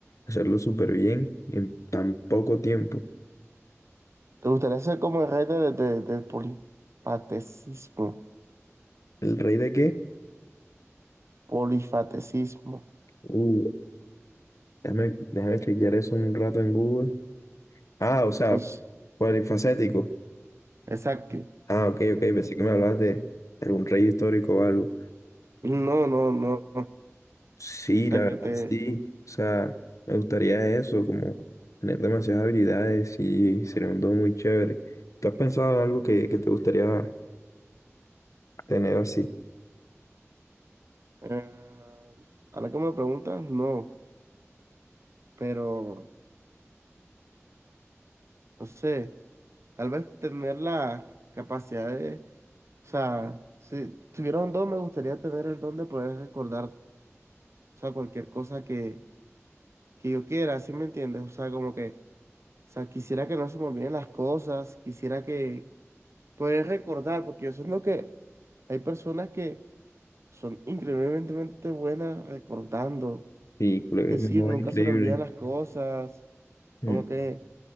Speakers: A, on the left (about 85°); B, on the right (about 65°).
A: hacerlo súper bien en tan poco tiempo.
B: ¿te gustaría ser como el rey de- de- del polifatecismo?
A: ¿El rey de qué?
B: Polifatecismo.
A: Uh, déjame, déjame chequear eso un rato en Google. Ah, o sea,
B: Entonces,
A: polifacético.
B: exacto.
A: Ah, ok, ok, pensé que me hablabas de algún rey histórico o algo.
B: No, no, no.
A: Sí,
B: O sea,
A: la verdad,
B: que te...
A: sí. O sea, me gustaría eso, como tener demasiadas habilidades y sería un don muy chévere. ¿Tú has pensado en algo que, que te gustaría tener así.
B: eh, ahora que me lo preguntas, no, pero no sé, tal vez tener la capacidad de... O sea, si tuviera un don, me gustaría tener el don de poder recordar, o sea, cualquier cosa que, que yo quiera, ¿sí me entiendes? O sea, como que, o sea, quisiera que no se me olviden las cosas, quisiera que poder recordar, porque yo siento que hay personas que son increíblemente buenas recordando,
A: Y colega,
B: es
A: mi
B: decir,
A: amor,
B: nunca
A: es increíble.
B: se le olvidan las cosas,
A: Mm.
B: Como que